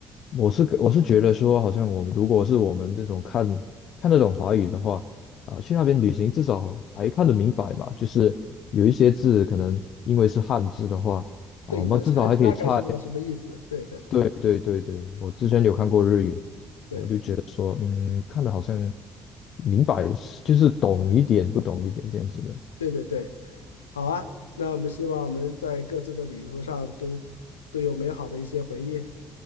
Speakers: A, on the left (about 50°); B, on the left (about 80°).
A: 我是我是觉得说，好像我们如果是我们这种看看得懂华语的话，啊，去那边旅行至少还看得明白吧，就是有一些字可能因为是汉字的话，啊，
B: 对，
A: 我们至少还可以猜。
B: 你能猜大概是个什么意思？对的，
A: 对对对对，我之前有看过日语，
B: 嗯，对，
A: 说嗯，看得好像明白，就是懂一点不懂一点这样子的。
B: 对对对，好啊。那我们希望我们在各自的旅途上都都有美好的一些回忆。